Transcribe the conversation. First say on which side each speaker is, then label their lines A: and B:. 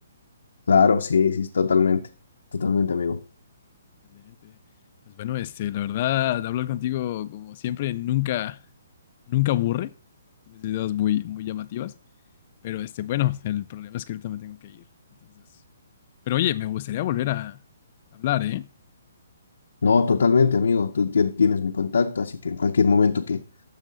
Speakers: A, on the left; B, on the left.
A: Claro, sí, sí, totalmente. Totalmente, amigo.
B: Excelente. Pues bueno, este, la verdad, hablar contigo, como siempre, nunca, nunca aburre. Tienes ideas muy, muy llamativas. Pero este, bueno, el problema es que ahorita me tengo que ir. Entonces. Pero oye, me gustaría volver a hablar, ¿eh?
A: No, totalmente, amigo. Tú tien- tienes mi contacto, así que en cualquier momento que,